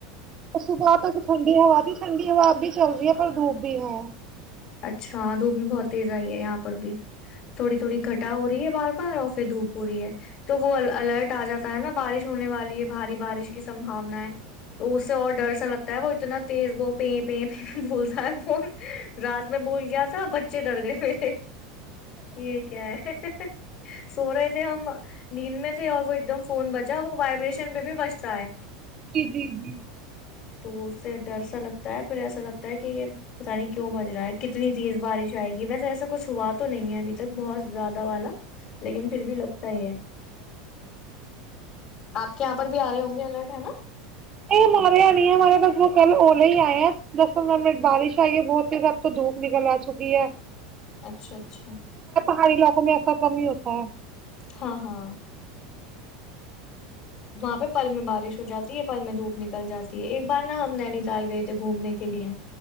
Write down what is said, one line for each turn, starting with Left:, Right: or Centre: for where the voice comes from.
Right: اور صبح تک ٹنڈی ہوا تھی ٹھڈی ہا بھی چل رہی ہے پر دوپ بھی ہے
Left: اچھا دھوپ میں بہت تیز آئی ہے یہاں پر بھی تھوڑی تھوڑی گھٹا ہو رہی ہے بار بار آفے دھوپ ہو رہی ہے تو وہ الرٹ آ جاتا ہے نا بارش ہونے والی ہے بھاری بارش کی سمباونا ہے تو اس سے اور ڈر سا لگتا ہے وہ اتنا تیز وہ پ پ پ بھولتا ہے فون رات میں بول گیا تھا بچے ڈر گئے میرے یہ کیا ہے ہے سوورے سے ہم ہم نینم <inaudible> اور وہ ایک دم فون بچا وہ وائبریشن میں بھی بچتا ہے
Right: جی جی جی
Left: تو اس سے ڈر سا لگتا ہے پھر ایسا لگتا ہے کہ یہ پتا نہیں وں بج رہا ہے کتنی تیز بارش آئے گی وس ایسا کچھ ہوا تو نہیں ہے ابھی تک بہت زیادہ والا لیکن پھر بھی لگتا ہی ہے آپ کے یہاں پر بھی آ رہے ہوں گے الرٹ ہے نا
Right: یہ ماریا نہیں ہے مارا دسو کل اور ہی آئے ہیں دس پندرہ منٹ بارش آئی ہے بہت ہی سب تو دھوپ نکل آ چکی ہے
Left: اچھا اچھا
Right: پڑ لوقوں میں ایسا کمی ہی ہوتا ہے
Left: ہاں ہاں وہاں پہ پل میں بارش ہو جاتی ہے پل میں دھوپ نکل جاتی ہے ایک بار نا ہم نینی تال گئے تھے گھومنے کے لیے